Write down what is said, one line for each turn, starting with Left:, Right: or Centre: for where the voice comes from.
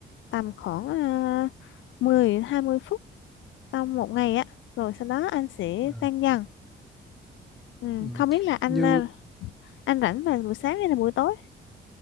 Left: tầm khoảng à, 10 20 phút trong một ngày á rồi sau đó anh sẽ
Centre: Ừ.
Left: tan dần ừ,
Centre: ừ.
Left: không biết là anh
Centre: như
Left: à, anh rảnh vào buổi sáng hay là buổi tối